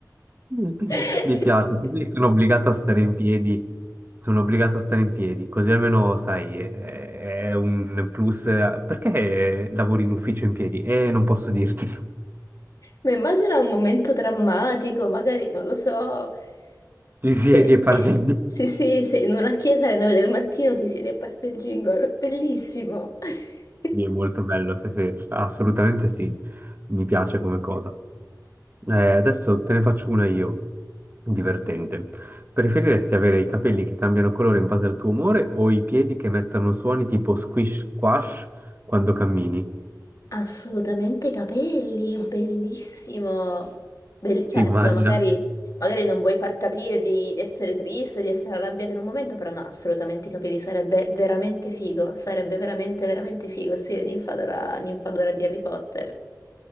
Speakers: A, on the right; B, on the left.
A: <laughs>
B: <laughs>
A: Mi piace, così sono obbligato a stare in piedi. Sono obbligato a stare in piedi, così almeno, sai, è, è un plus. Perché lavori in ufficio in piedi? Eh, non posso dirtelo.
B: Ma immagina un momento drammatico, magari, non lo so,
A: <laughs> Ti
B: se,
A: siedi e parli.
B: se, se- se in una chiesa alle 9 del mattino ti siede e parte il jingle, bellissimo. <laughs>
A: Sì, è molto bello, sì, sì, assolutamente sì, mi piace come cosa. Eh, adesso te ne faccio una io, divertente. Preferiresti avere i capelli che cambiano colore in base al tuo umore o i piedi che mettono suoni tipo squish squash quando cammini?
B: Assolutamente capelli, bellissimo. Belli- certo,
A: Si immagina?
B: magari, magari non vuoi far capire di, di essere triste o di essere arrabbiata in un momento, però no, assolutamente i capelli sarebbe veramente figo, sarebbe veramente, veramente figo, stile ninfadora, ninfadora di Harry Potter.